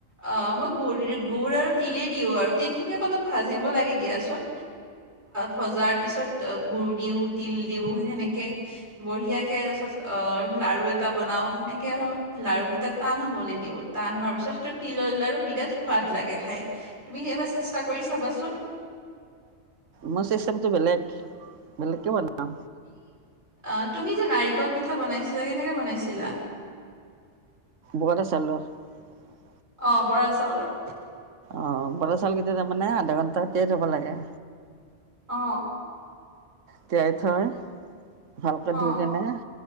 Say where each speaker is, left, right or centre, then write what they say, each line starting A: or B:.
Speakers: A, on the right; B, on the right.
A: অ মই গুড়-গুড় আৰু তিলে দিও আৰু। তিলখিনি আকৌ ভাজিব লাগে দিয়াচোন ভজাৰ পিছত গুড় দিও তি তিল দিও সেনেকে বঢ়িয়াকে তাৰপিছত অ লাৰু এটা বনাও সেনেকে আৰু আমাৰ লাৰু কেইটা টান হ'বলৈ দিব। টান হোৱাৰ পিছত সেইটো তিলৰ লাৰু বিৰাট সোৱাদ লাগে খাই। তুমি এবাৰ চেষ্টা কৰি চাবাচোন।
B: মই চিচটেমটো বেলেগ-বেলেগ কে বনাও।
A: আহ তুমি যে নাৰিকল পিঠা বনাইছিলা কেনেকে বনাইছিলা?
B: বৰা চলৰ <unintelligible>
A: অ বৰাচাউলৰ।
B: অ বৰাচাউলকেইটা তাৰমানে আধা ঘণ্টা তিয়াই থব লাগে
A: অ।
B: তিয়াই থৈ ভালকে
A: অ
B: ধুই কেনে,